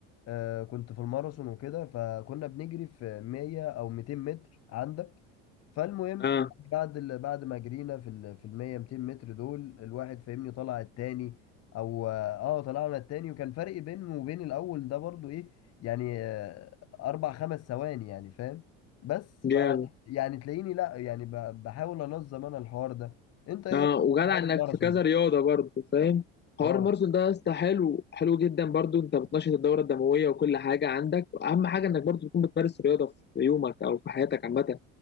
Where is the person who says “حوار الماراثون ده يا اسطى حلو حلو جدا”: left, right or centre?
Left